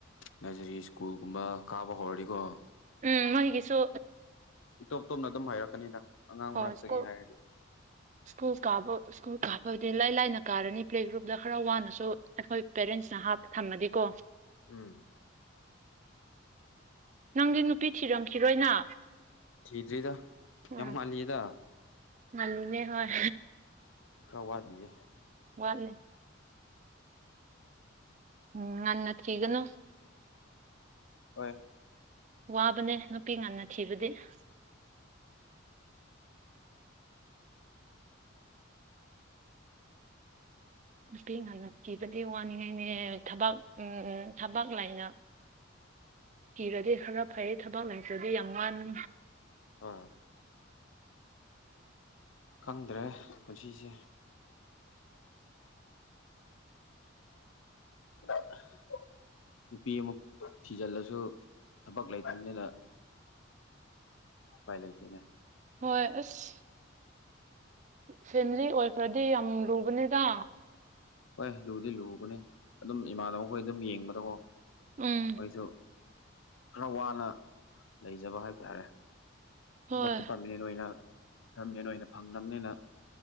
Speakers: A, on the left (about 75°); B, on the right (about 35°).
A: ꯅꯔꯖꯔꯤ ꯀꯨꯜꯒꯨꯝꯕ ꯀꯥꯕ ꯍꯧꯔꯗꯤꯀꯣ
B: ꯎꯝ ꯃꯣꯏꯒꯤꯁꯨ
A: ꯇꯣꯞ ꯇꯣꯞꯅ ꯑꯗꯨꯝ ꯍꯩꯔꯛꯀꯅꯤꯗ ꯑꯉꯥꯡ
B: ꯑꯣ
A: ꯃꯔꯛꯇꯒꯤ
B: ꯁ꯭ꯀꯨꯜ
A: ꯍꯥꯏꯔꯗꯤ
B: ꯁ꯭ꯀꯨꯜ ꯀꯥꯕ ꯁ꯭ꯀꯨꯜ ꯀꯥꯞꯕꯩꯗꯤ ꯏꯂꯥꯏ ꯂꯥꯏꯅ ꯀꯥꯔꯅꯤ ꯄ꯭ꯂꯦ ꯒ꯭ꯔꯨꯞꯇ ꯈꯔ ꯋꯥꯔꯁꯨ ꯑꯩꯈꯣꯏ ꯄꯦꯔꯦꯟꯁꯅ ꯍꯥ ꯊꯝꯃꯗꯤꯀꯣ
A: ꯎꯝ
B: ꯅꯪꯗꯤ ꯅꯨꯄꯤ ꯊꯤꯔꯝꯈꯤꯔꯣꯏꯅ
A: ꯊꯤꯗ꯭ꯔꯤꯗ
B: ꯎꯝ
A: ꯌꯥꯝ ꯉꯜꯂꯤꯗ
B: ꯉꯜꯂꯤꯅꯦ ꯍꯣꯏ
A: ꯈ꯭ꯔ ꯋꯥꯠꯂꯤꯌꯦ
B: ꯋꯥꯠꯂꯤ ꯎꯝ ꯉꯟꯅ ꯊꯤꯒꯅꯣ
A: ꯍꯣꯏ
B: ꯋꯥꯕꯅꯦ ꯅꯨꯄꯤ ꯉꯟꯅ ꯊꯤꯕꯗꯤ <inaudible> <inaudible> ꯅꯨꯄꯤ ꯉꯟꯅ ꯊꯤꯕꯗꯤ ꯋꯥꯅꯤꯡꯉꯥꯏꯅꯦ ꯊꯕꯛ ꯎꯝ ꯊꯕꯛ ꯂꯩꯅ ꯀꯤꯔꯗꯤ ꯈꯔ ꯐꯩ ꯊꯕꯛ ꯂꯩꯥꯇ꯭ꯔꯗꯤ ꯌꯥꯝ ꯋꯥꯅꯤ
A: ꯑꯥ ꯈꯪꯗ꯭ꯔꯦ ꯄꯨꯟꯁꯤꯁꯦ <inaudible> ꯅꯨꯄꯤ ꯑꯃꯨꯛ ꯊꯤꯖꯜꯂꯁꯨ ꯊꯕꯛ ꯂꯩꯇ꯭ꯔꯤꯝꯅꯤꯅ ꯎꯄꯥꯏ ꯂꯩꯇꯦꯅꯦ
B: ꯍꯣꯏ ꯑꯁ ꯐꯦꯃꯤꯂꯤ ꯑꯣꯏꯈ꯭ꯔꯗꯤ ꯌꯥꯝ ꯂꯨꯕꯅꯤꯗ
A: ꯍꯣꯏ ꯂꯨꯗꯤ ꯂꯨꯒꯅꯤ ꯑꯗꯨꯝ ꯏꯃꯥꯟꯅꯕꯈꯣꯏ ꯑꯗꯨꯝ ꯌꯦꯡꯕꯗꯀꯣ
B: ꯎꯝ
A: ꯑꯩꯁꯨ ꯈꯔ ꯋꯥꯅ ꯂꯩꯖꯕ ꯍꯥꯏꯕ ꯇꯥꯔꯦ ꯊꯕꯛꯇꯣ
B: ꯍꯣꯏ
A: ꯄꯥꯔꯃꯤꯅꯦꯟ ꯑꯣꯏꯅ ꯄꯔꯃꯤꯅꯦꯟ ꯑꯣꯏꯅ ꯐꯪꯗꯕꯅꯤꯅ